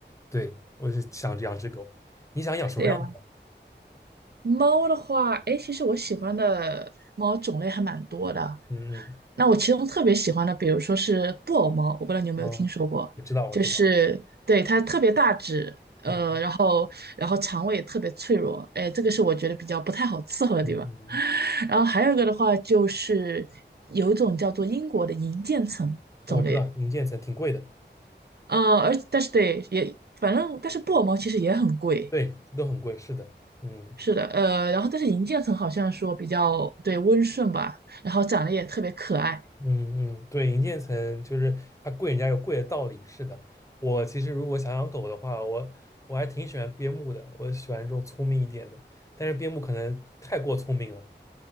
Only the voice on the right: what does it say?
对呀，猫的话，哎，其实我喜欢的猫种类还蛮多的，
那我其中特别喜欢的，比如说是布偶猫，我不知道你有没有听说过，
就是对它特别大只，呃，
然后然后肠胃也特别脆弱，哎，这个是我觉得比较不太好伺候的地方。
<laughs> 然后还有一个的话，就是有一种叫做英国的银渐层种类，
呃，而但是对也反正但是布偶猫其实也很贵，
是的，呃，然后但是银渐层好像说比较对温顺吧，然后长得也特别可爱。